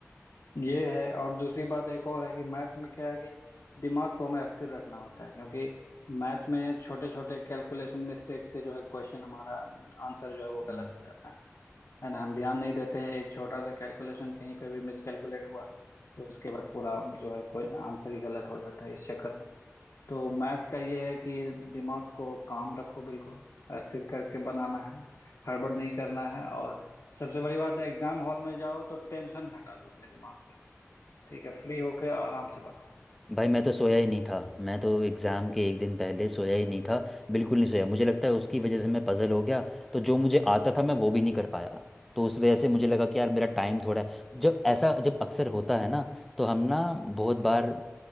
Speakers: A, on the left (about 65°); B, in the centre.
A: ये है और दूसरी बात एक और है कि मैथ्स में क्या है कि दिमाग को हमें अस्थिर रखना होता है क्योंकि मैथ्स में छोटे छोटे कैलकुलेशन मिस्टेक से जो है क्वेश्चन हमारा आंसर जो है वो
B: हम्म।
A: गलत हो जाता है है ना हम ध्यान नहीं देते हैं एक छोटा सा कैलकुलेशन कहीं पे भी मिस कैलकुलेट हुआ तो उसके बाद पूरा जो है कोई आंसर ही गलत हो जाता है इस चक्कर में तो मैथ्स का ये है कि दिमाग को काम रखो बिल्कुल अस्थिर करके बनाना है हड़बड़ नहीं करना है और सबसे बड़ी बात है एग्जाम हॉल में जाओ तो टेंशन हटा दो अपने दिमाग से ठीक है फ्री होके आराम से बनाओ
B: भाई मैं तो सोया ही नहीं था मैं तो एग्ज़ाम के एक दिन पहले सोया ही नहीं था बिल्कुल नहीं सोया मुझे लगता है उसकी वजह से मैं पज़ल हो गया तो जो मुझे आता था मैं वो भी नहीं कर पाया तो उस वजह से मुझे लगा कि यार मेरा टाइम थोड़ा है जब ऐसा जब अक्सर होता है ना तो हम ना बहुत बार